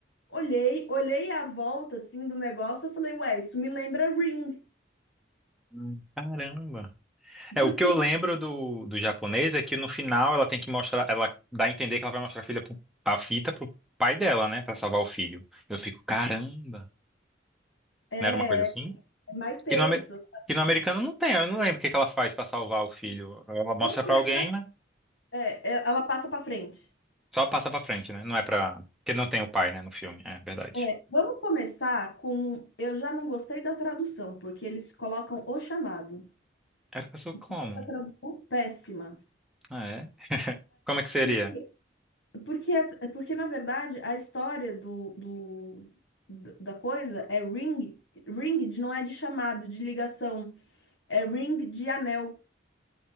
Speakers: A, on the left (about 75°); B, in the centre.
A: Olhei, olhei a volta assim do negócio, eu falei, ué, isso me lembra Ring,
B: Hum, Caramba. É,
A: porque
B: o que eu lembro do, do japonês é que no final ela tem que mostrar, ela dá a entender que ela vai mostrar a filha pro- a fita pro pai dela, né? Pra salvar o filho. Eu fico, caramba.
A: é,
B: Não era uma coisa assim?
A: é mais tenso.
B: Que no, ame- que no americano não tem, eu não lembro o que que ela faz pra salvar o filho. Ela mostra
A: Vamos começar.
B: pra alguém, né?
A: é, é, ela passa pra frente.
B: Só passa pra frente, né? Não é pra. Porque não tem o pai, né, no filme. É verdade.
A: É, vamos começar com. Eu já não gostei da tradução, porque eles colocam o chamado.
B: Era pessoa como?
A: Achei a tradução péssima.
B: Ah, é? Como é que seria?
A: Por- Porque, é- é, porque na verdade, a história do, do- da da coisa é ring, ring de, não é de chamado, de ligação, é ring de anel.